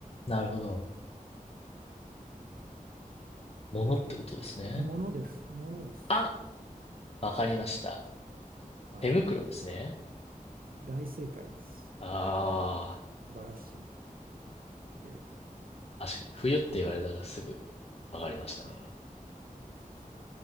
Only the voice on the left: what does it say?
なるほど。ものってことですね。
あ、わかりました。
手袋ですね。
あ
あ、確かに冬って言われたらすぐわかりましたね。